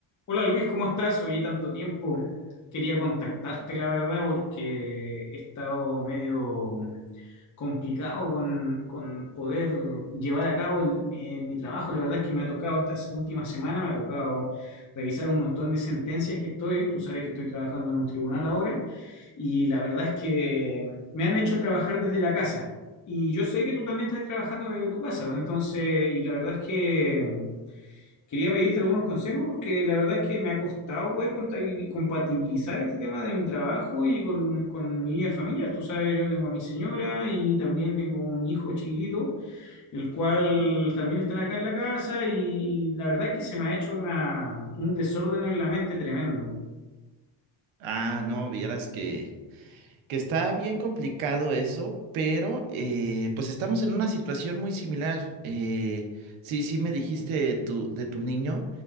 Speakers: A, on the left; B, on the right.
A: Hola Luis, ¿cómo estás? Oye, tanto tiempo. Quería contactarte, la verdad, porque he estado medio complicado con, con poder llevar a cabo el- mi, eh, mi trabajo. La verdad es que me ha tocado, estas últimas semanas me ha tocado revisar un montón de sentencias que estoy. Tú sabes que estoy trabajando en un tribunal ahora y la verdad es que me han hecho trabajar desde la casa. Y yo sé que tú también estás trabajando desde tu casa, entonces, y la verdad es que quería pedirte algunos consejos porque la verdad es que me ha costado poder contabil- compatibilizar este tema de mi trabajo y con, con mi vida familiar. Tú sabes, yo tengo a mi señora y también tengo un hijo chiquitito, el cual también están acá en la casa y, y la verdad es que se me ha hecho una, un desorden en la mente tremendo.
B: Ah, no, vieras que, que está bien complicado eso, pero eh, pues estamos en una situación muy similar. Eh, sí, sí me dijiste de tu, de tu niño